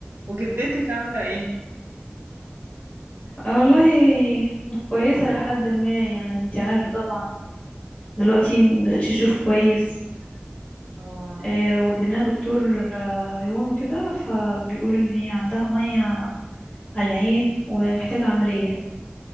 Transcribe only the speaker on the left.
آه والله كويسة لحد ما يعني انتي عارفة طبعا دلوقتي مبقتش تشوف كويس
آه، وديناها دكتور آه، عيون وكده فبيقول ان هي عندها مية على العين ومحتاجة عملية